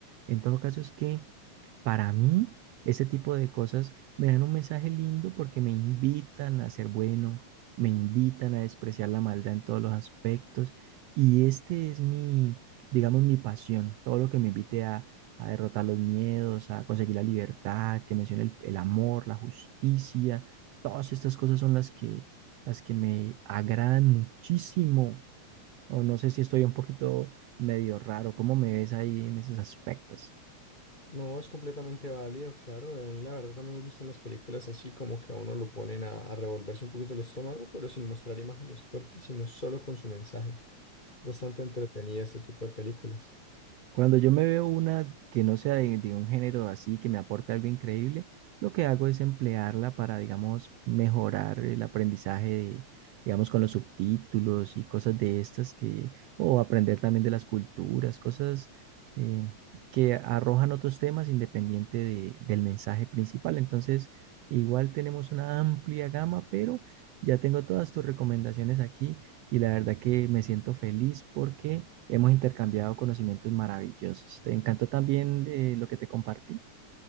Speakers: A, on the right; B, on the left.
A: En todo caso es que para mí, ese tipo de cosas me dan un mensaje lindo porque me invitan a ser bueno, me invitan a despreciar la maldad en todos los aspectos y este es mi, digamos, mi pasión, todo lo que me invite a, a derrotar los miedos, a conseguir la libertad, que mencione el, el amor, la justicia, todas estas cosas son las que, las que me agradan muchísimo. O no sé si estoy un poquito medio raro, ¿cómo me ves ahí en esos aspectos?
B: No, es completamente válido, claro. y A mí la verdad también me gustan las películas así como que a uno lo ponen a, a revolverse un poquito el estómago, pero sin mostrar imágenes fuertes, sino solo con su mensaje. Bastante entretenida este tipo de películas.
A: Cuando yo me veo una que no sea de, de un género así, que me aporte algo increíble, lo que hago es emplearla para, digamos, mejorar el aprendizaje de, digamos, con los subtítulos y cosas de estas que, o aprender también de las culturas, cosas eh, que arrojan otros temas independiente de- del mensaje principal. Entonces, igual tenemos una amplia gama, pero ya tengo todas tus recomendaciones aquí y la verdad que me siento feliz porque hemos intercambiado conocimientos maravillosos. ¿Te encantó también eh, lo que te compartí?